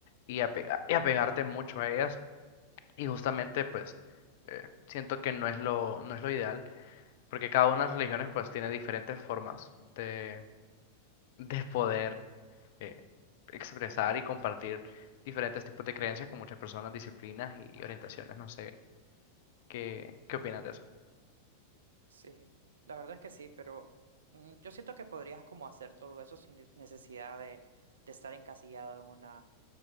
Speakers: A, on the left; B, on the right.
A: y, apega- y apegarte mucho a ellas. Y justamente, pues, eh, siento que no es lo, no es lo ideal, porque cada una de las religiones, pues, tiene diferentes formas de, de poder eh, expresar y compartir diferentes tipos de creencias con muchas personas, disciplinas y orientaciones. No sé, ¿qué, qué opinas de eso?
B: Sí, la verdad es que sí, pero mm, yo siento que podrías como hacer todo eso sin necesidad de, de estar encasillado en una